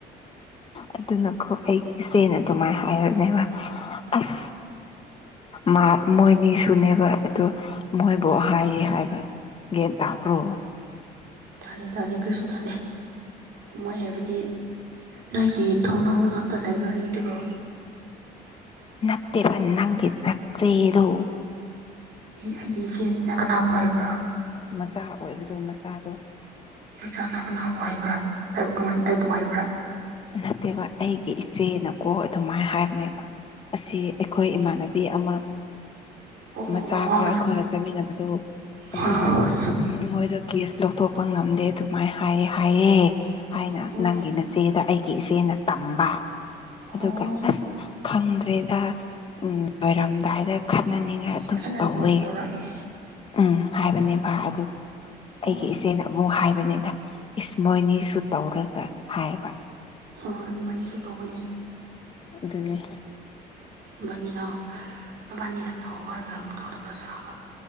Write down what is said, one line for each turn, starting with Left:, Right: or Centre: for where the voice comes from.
Left: ꯑꯗꯨꯅꯀꯣ ꯑꯩꯒꯤ ꯏꯆꯦꯅ ꯑꯗꯨꯃꯥꯏꯅ ꯍꯥꯏꯔꯨꯅꯦꯕ ꯑꯁ ꯃꯥ ꯃꯣꯏꯅꯤꯁꯨꯅꯦꯕ ꯑꯣ ꯃꯣꯏꯕꯨ ꯍꯥꯏꯌꯦ ꯍꯥꯏꯕ ꯒꯤꯌꯟ ꯇꯕ꯭ꯔꯣ
Right: ꯇꯥꯗꯦ ꯇꯥꯗꯦ ꯀꯔꯤꯁꯨ ꯇꯥꯗꯦ ꯃꯣꯏ ꯍꯥꯏꯕꯗꯤ ꯅꯣꯏꯒꯤ ꯊꯧꯅꯥꯎꯅꯥꯛꯇ ꯂꯩꯕ ꯑꯅꯤꯗꯨꯔꯣ
Left: ꯅꯠꯇꯦꯕꯅꯤ ꯅꯪꯗ ꯅꯠꯇꯣ
Right: ꯑꯩꯒꯤ ꯏꯆꯦ ꯑꯅꯤꯅ ꯀꯅꯥꯕꯨ ꯍꯥꯏꯕ꯭ꯔꯥ
Left: ꯃꯆꯥ ꯑꯣꯏꯕꯗꯨ ꯃꯆꯥꯗꯣ
Right: ꯆꯥꯥꯅꯥꯕꯨ ꯍꯩꯕ꯭ꯔꯥ ꯑꯩꯕꯨ ꯍꯩꯕ꯭ꯔꯥ
Left: ꯅꯠꯇꯦꯕ ꯑꯩꯒꯤ ꯏꯆꯦꯅꯀꯣ ꯑꯗꯨꯃꯥꯏꯅ ꯍꯥꯏꯕꯅꯦꯕ ꯑꯁꯤ ꯑꯩꯈꯣꯏ ꯏꯃꯥꯟꯅꯕꯤ ꯑꯃ
Right: ꯑꯣ
Left: ꯃꯆꯥ
Right: ꯑꯣ ꯑꯣ
Left: ꯈꯔ ꯑꯩꯈꯣꯏꯒ ꯆꯠꯃꯤꯟꯅꯕꯗꯨꯣ ꯑꯗꯨꯅ
Right: ꯍꯣꯏ ꯍꯣꯏ
Left: ꯎꯝ ꯃꯣꯏꯗ ꯀꯦꯁ ꯂꯧꯊꯣꯛꯄ ꯉꯝꯗꯦ ꯑꯗꯨꯃꯥꯏꯅ ꯍꯥꯏꯌꯦ ꯍꯥꯏꯑꯦ ꯍꯥꯏꯅ
Right: ꯍꯣꯏ
Left: ꯅꯪꯒꯤ ꯅ ꯆꯆꯦꯗ ꯑꯩꯒꯤ ꯏꯆꯦꯅ ꯇꯝꯕ ꯑꯗꯨꯒ
Right: ꯑꯣ ꯑꯣ
Left: ꯑꯁ ꯈꯪꯗ꯭ꯔꯦꯗ ꯎꯝ ꯂꯣꯏꯔꯝꯗꯥꯏꯗ ꯈꯠꯅꯅꯤꯡꯉꯥꯏ ꯑꯗꯨꯝ
Right: ꯈꯠꯅꯅꯤꯡꯉꯥꯏ
Left: ꯇꯧꯋꯦ
Right: ꯇꯧꯔꯛꯑꯦ
Left: ꯎꯝ ꯍꯥꯏꯕꯅꯦ ꯚ ꯑꯗꯨꯒ
Right: ꯑꯣ
Left: ꯑꯩꯒꯤ ꯏꯆꯦꯅ ꯑꯃꯨꯛ ꯍꯥꯏꯕꯅꯤꯗ ꯏꯁꯃꯣꯏꯅꯤꯁꯨ ꯇꯧꯔꯒ ꯍꯥꯏꯕ
Right: ꯍꯣꯏ ꯍꯣꯏꯕꯥꯅꯤꯁꯨ ꯇꯧꯕꯅꯤ
Left: ꯑꯗꯨꯅꯤ
Right: ꯃꯅꯤꯅ ꯃꯕꯥꯅꯤꯅ ꯇꯧꯈꯔꯒꯝ ꯊꯣꯒ ꯁꯥꯕ